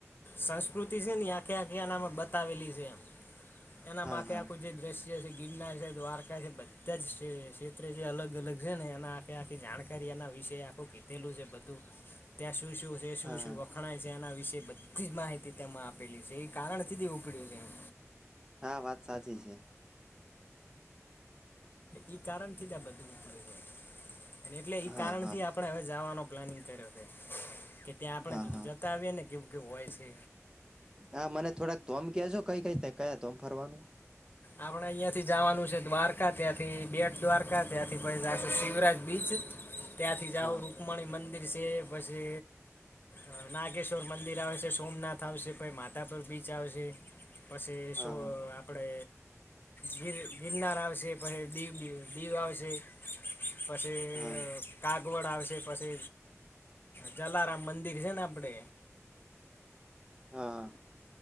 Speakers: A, on the left; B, on the right.
A: સંસ્કૃતિ છે ને આખે આખ્યા બતાવેલી છે એમ. એના
B: હા
A: માખ
B: હા
A: આખું જે દ્રશ્ય છે ગિરનાર છે દ્વારકા છે બધા જ ક્ષેત્રે છે અલગ અલગ છે ને એના આખે આખી જાણકારી એના વિષ આખું કીધેલું છે બધું, ત્યાં શું શું શું
B: હા
A: શું
B: હા
A: વખણાય છે એના વિશે બધી જ માહિતી તેમાં આપેલી છે એ કારણ કધી ઉપડ્યું છે એમ.
B: હા વાત સાચી છે.
A: ઈ કારણથી જ આ બધું નીકળ્યું હે અને એટલે ઈ
B: હા
A: કારણથી
B: હા
A: આપણે હવે જાવાનો પ્લાનિંગ કર્યો છે. કે ત્યાં આપણે
B: હા હા
A: જતા આવીએ ને કેવું કેવું હોય છે.
B: હા મને થોડાક ધોમ કેજો કઈ કઈ રીતે કયા ધોમ ફરવાનું.
A: આપડે અહિયાંથી જાવાનું છે દ્વારકા ત્યાંથી બેટદ્વારકા ત્યાંથી પછી જાશું શિવરાજ બીચ ત્યાંથી જાઓ
B: હા
A: રુકમણી મંદિર સે પછે અ નાગેશ્વર મંદિર આવેસે સોમનાથ આવશે પહી માધાપર બીચ આવેસે. પછે
B: હા
A: શો
B: હા
A: આપડે ગીર ગિરનાર આવશે પહે દીવબી દીવ આવશે પસે
B: હા
A: અ કાગવડ આવશે પસે જલારામ મંદિર છે ને આપણે
B: હહ હહ